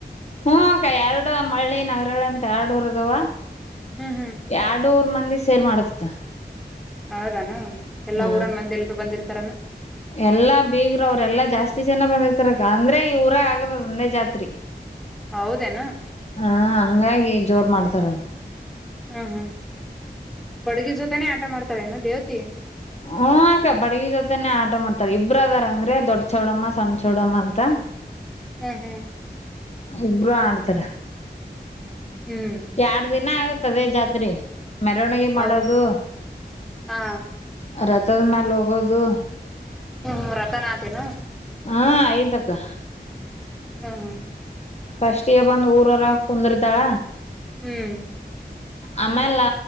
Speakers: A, on the left (about 40°); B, in the centre.
A: ಹ್ಮ ಎರಡ ಮಳ್ಳಿ ನಗರಗಳಂತ ಎರಡು ಉರ ಅದವ
B: ಹ್ಮ್ ಹ್ಮ್
A: ಎರಡುರ್ ಮಂದಿ ಸೇರಿ ಮಾಡಸತ್ತ
B: ಹೌದಾನ ಎಲ್ಲಾ
A: ಹಾ
B: ಊರನ್ ಮಂದಿ ಎಲ್ರು ಬಂದಿರ್ತಾರನ
A: ಎಲ್ಲಾ ಬೀಗರು ಅವ್ರ ಎಲ್ಲಾ ಜಾಸ್ತಿ ಜನ ಬಂದಿರ್ತಾರಕ್ಕ ಅಂದ್ರೆ ಈ ಊರ ಆಗೋದ ಒಂದೇ ಜಾತ್ರಿ.
B: ಹೌದೇನ
A: ಹಾ ಹಂಗಾಗಿ ಜೋರ್ ಮಾಡ್ತಾರದು
B: ಹ್ಮ್ ಹ್ಮ್ ಬಡ್ಗಿ ಜೊತನೇ ಆಟ ಮಾಡ್ತಾಳೆನು ದೇವತಿ
A: ಹ ಅಕ್ಕ ಬಡಗಿ ಜೊತೆನೆೇ ಆಟ ಮಾಡ್ತಾರ ಇಬ್ರದಾರ ಅಂದ್ರೆ ದೊಡ್ಡ ಚೌಡಮ್ಮ ಸಣ್ಣ ಚೌಡಮ್ಮ ಅಂತ
B: ಹ್ಮ್ ಹ್ಮ್
A: ಇಬ್ರು ಆಡ್ತಾರ
B: ಹ್ಮ್
A: ಎರಡ ದಿನ ಆಗತ್ ಜಾತ್ರೆ ಮೆರವಣಿಗೆ
B: ಹೌದಾ
A: ಮಾಡೋದು
B: ಹಾ
A: ರ ಮಾಡ ಹೋಗೋದು
B: ಹ್ಮ್ ಹ್ಮ ರಥಾನದೇನು
A: ಹಾ ಐತಕ್ಕಾ
B: ಹೂ ಹೂ
A: ಫಸ್ಟ್ ಗೆ ಬಂದ್ ಊರರ ಕುಂದರ್ತಾಳ
B: ಹ್ಮ್
A: ಆಮೇಲೆ